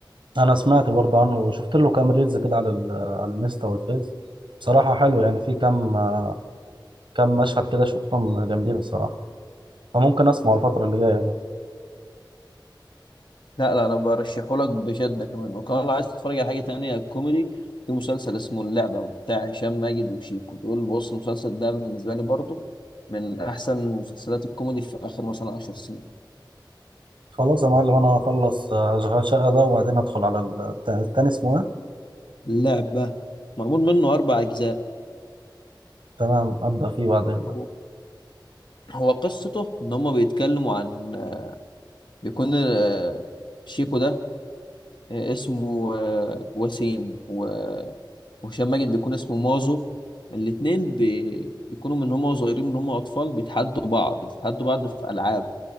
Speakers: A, on the right; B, on the left.
A: انا سمعت برضه عنه وشفت له كام ريلز كده على ال- على الانستا والفيس بصراحه حلو يعني في كام آه، كام مشهد كده شفتهم جامدين الصراحه فممكن اسمعه الفتره اللي جايه
B: لا لا انا برشحه لك بشده كمان وكمان لو عايز تتفرج على حاجه تانية كوميدي في مسلسل اسمه اللعبه بتاع هشام ماجد وشيكو دول بص المسلسل ده بالنسبه لي برضو من احسن مسلسلات الكوميدي في اخر مثلا 10 سنين
A: خلاص يا معلم انا هخلص آه، اشغال شقه ده وبعدين ادخل على الت- التاني اسمه ايه
B: اللعبه معمول منه اربع اجزاء
A: تمام ابدا فيه بعدين ده
B: هو هو قصته ان هم بيتكلموا عن بيكون آه، شيكو ده آه، اسمه آه، وسيم و- وهشام ماجد بيكون اسمه مازو الاتنين بي- بيكونوا من هم صغيرين من هم اطفال بيتحدوا بعض بيتحدوا بعض في العاب